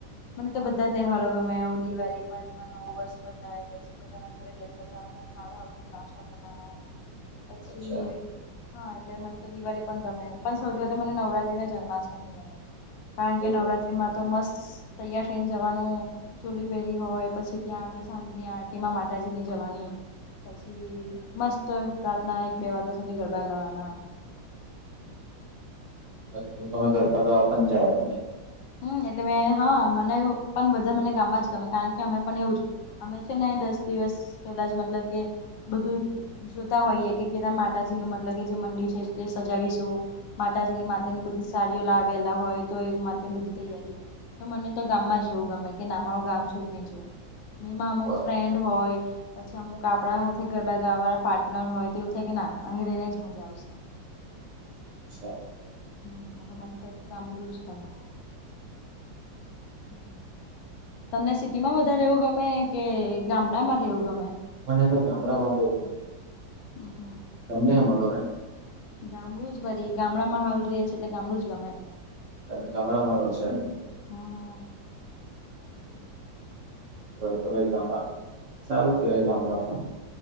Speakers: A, on the left; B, on the right.
A: મને તો બધા તહેવારો ગમે દિવાળી પણમાં નવું વર્ષ બદલાય પછી બધા ના ઘરે બેસજવાનું હારું હારું બધું નાસ્તો કરવાનો પછી
B: અચ્છા
A: હા, એટલે મને તો દિવાળી પણ ગમે પણ સૌથી વધુ મને નવરાત્રી ને જન્માષ્ટમી ગમે. કારણ કે
B: એવું
A: નવરાત્રીમાં
B: છે.
A: તો મસ્ત તૈયાર થઈને જવાનું. ચોલી પહેરી હોય પછી ત્યાં આગળ સાંજની આરટી માં માતાજીની જવાની પછી મસ્ત રાતના એક બે વાગ્યા સુધી ગરબા ગાવાના.
B: અતો તમે ગરબા ગાવા પણ જાઓ એમને?
A: હમ્મ, એટલે મેં હા મને પણ બધા મને ગામમાં જ ગમે કારણ કે અમે પણ એવું જ અમે છે ને દસ દિવસ પેલા જ મતલબ કે બધું જોતા હોઈએ કે માતાજી ન મતલબ કે જે મંદિર છે તે સજાવીશું માતાજીની માતા ની બધી સાડીઓ લાવેલા હોય તો એ માં બધું તૈયારી તો મને તો ગામમાં જ રેવું ગમે કે ના મારુ ગામ છોડીને જઉં. નીમાં અમુક
B: બરોબર.
A: ફ્રેન્ડ હોય પછી અમુક આપડા હાથે ગરબા ગાવા વાળા પાર્ટનર હોય તેવું થાય કે ના અહીં રહીને જ મજા આવશે.
B: અચ્છા.
A: હમ્મ એટલે મને તો ગામરું જ ગમે. હમ્મ. તમને સિટી માં વધારે રહેવું ગમે કે ગામડામાં રહેવું ગમે?
B: મનેતો ગામડા માં બહુ ગમે.
A: હમ્મ, હમ્મ.
B: તમને હેમા ગમે?
A: ગામડું જ વરી ગામડામાં હાલ રહિયે છે એટલે ગામડું જ ગમે.
B: તમે ગામરા રહો છો એમ ને?
A: હા હા હ હા.
B: રહેતો ભાઈ ગામડા સારું કેવાય ગામડામાં.